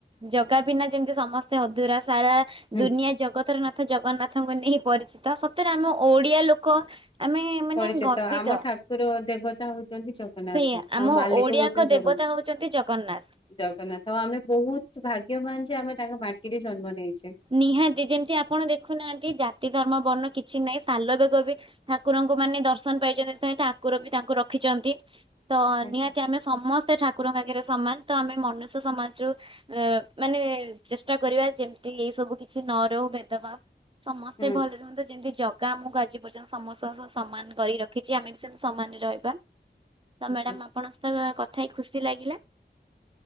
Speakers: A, on the right (about 30°); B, on the left (about 25°).
A: ଜଗା ବିନା ଯେମିତି ସମସ୍ତେ ଅଧୁରା ସାରା
B: ହୁଁ
A: ଦୁନିଆ ଜଗତ ତରନାଥ ଜଗନ୍ନାଥଙ୍କୁ ନେଇ ପରିଚିତ ସତରେ ଆମ ଓଡିଆ ଲୋକ ଆମେ ମାନେ
B: ପରିଚିତ
A: ଗର୍ବିତ
B: ଆମ ଠାକୁର ଦେବତା ହଉଛନ୍ତି ଜଗନ୍ନାଥ
A: ସେଇଆ
B: ଆମ ମାଲିକ
A: ଓଡିଆଙ୍କ
B: ହଉଛନ୍ତି
A: ଦେବତା
B: ଜଗନ୍ନାଥ।
A: ହଉଛନ୍ତି ଜଗନ୍ନାଥ।
B: ଜଗନ୍ନାଥ ହଁ ଆମେ ବହୁତ ଭାଗ୍ୟବାନ ଯେ ଆମେ ତାଙ୍କ ମାଟିରେ ଜନ୍ମ ଦେଇଛେ।
A: ନିହାତି ଯେମିତି ଆପଣ ଦେଖୁନାହାନ୍ତି ଜାତି ଧର୍ମ ବର୍ଣ୍ଣ କିଛି ନାହିଁ ସାଲବେଗ ବି ଠାକୁରଙ୍କୁ ମାନେ ଦର୍ଶନ ପାଇଛନ୍ତି ସେଥିପାଇଁ ଠାକୁର ବି ତାଙ୍କୁ ରଖିଛନ୍ତି। ତ
B: ଆଜ୍ଞା
A: ନିହାତି ଆମେ ସମସ୍ତେ ଠାକୁ କୁରଙ୍କ ଆଗରେ ସମାନ ତ ଆମେ ମନୁଷ୍ୟ ସମାଜରୁ ମାନେ ଚେଷ୍ଟା କରିବା ଯେମତି ଏଇ ସବୁ କିଛି ନ ରହୁ ଭେଦଭାବ ସମସ୍ତେ
B: ହୁଁ
A: ଭଲ ରୁହନ୍ତୁ ଯେମିତି ଜ ଗା ଆମକୁ ଆଜି ପର୍ଯ୍ୟନ୍ତ ସମସ୍ତଙ୍କ ସହ ସମାନ କରି ରଖିଛି ଆମେ ବି ସେମତି ସମାନରେ ରହିବା। ତ
B: ଆଜ୍ଞା।
A: ମ୍ୟାଡାମ୍ ଆପଣ ସ ତ କଥା ହେଇ ଖୁସି ଲାଗିଲା